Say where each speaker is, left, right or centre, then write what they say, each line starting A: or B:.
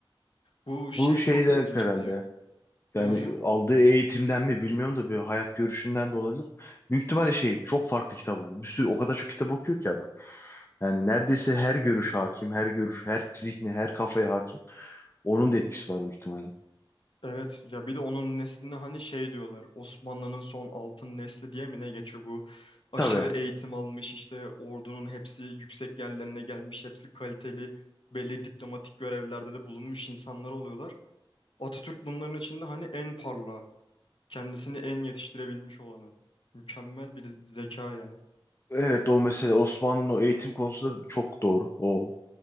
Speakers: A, on the left (about 65°); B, on the left (about 30°).
A: Bu şey
B: Bu şey
A: çok
B: de
A: ilginçti.
B: herhalde ya.
A: Ne
B: Yani
A: hocam?
B: aldığı eğitimden mi bilmiyorum da bir hayat görüşünden de olabilir. Büyük ihtimalle şey çok farklı kitap okuyor. Bir sürü o kadar çok kitap okuyor ki adam. Yani neredeyse her görüş hakim, her görüş, her zihni, her kafaya hakim. Onun da etkisi var büyük ihtimalle.
A: Evet ya bir de onun nesline hani şey diyorlar Osmanlı'nın son altın nesli diye mi ne geçiyor bu aşırı
B: Tabii.
A: eğitim almış işte ordunun hepsi yüksek yerlerine gelmiş hepsi kaliteli belli diplomatik görevlerde de bulunmuş insanlar oluyorlar. Atatürk bunların içinde hani en parlağı kendisini en yetiştirebilmiş olanı mükemmel bir zeka ya
B: Evet o mesele Osmanlı'nın o eğitim konusunda çok doğru. O